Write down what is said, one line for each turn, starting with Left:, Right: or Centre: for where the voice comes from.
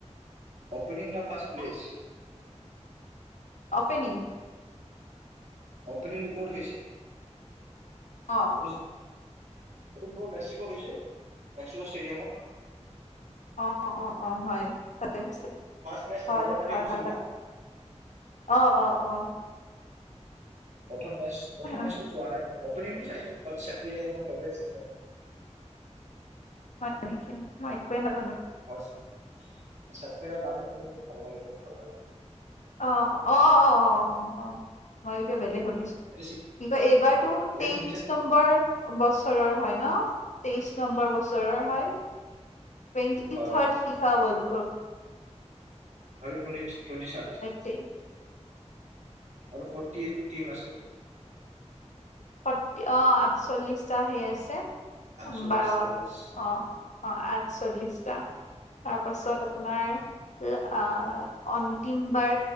Right: অপনিং নে ফাৰ্ষ্ট প্লেচ?
Left: অপেনিং।
Right: অ'পেনিংটো ক'ত হৈছে।
Left: অ,
Right: এইটো এইটো ক মে্সিকোত হৈছে। লক্ষ <unintelligible> ষ্টেডিয়ম
Left: অঁ-অঁ-অঁ হয় তাতে হৈছে।
Right: ফাৰ্ষ্ট মেচ
Left: হয়-হয়-হয়
Right: এঘাৰ তাৰিখ হৈছিল
Left: ত
Right: না
Left: অঁ-অঁ-অঁ,
Right: প্ৰথম মেচ প্ৰথম
Left: হয়।
Right: মেচটো চোৱা নাই মই। অপেনিং টো চাইছোঁ বাত ছাকিৰা ফেভাৰিট চিংগাৰ।
Left: হয় <unintelligible> মই একো ন
Right: হৈছে ছাকিৰাৰ গানো শুনি ভাল লাগে, বহুত ভাল লাগে।
Left: অহ, অ', অ', অ', অ', অ'। মইটো বলেগ কৰি কি
Right: এইটো চি
Left: কয় এইবাৰতো
Right: এই
Left: তেইশ
Right: শুনিছে
Left: নম্বৰ বছৰ বছৰৰ হয় ন? তেইশ নম্বৰ বছৰৰ হয়। টেণ্টি
Right: হয়
Left: থড শিফাৱল এক
Right: ভাল টোৱে-টুৱেন্টি থাৰ্ড
Left: তে
Right: আৰু ফৰ্টি এইটটো টিম আছে।
Left: সত অ', আঠচল্লিশটা সেই আছে।
Right: আঠচল্লিশটা
Left: বাৰ অ',
Right: য়েছ
Left: অ', আঠচল্লিশ তাৰপাছত আপোনাৰ আহ অ তিমবাৰ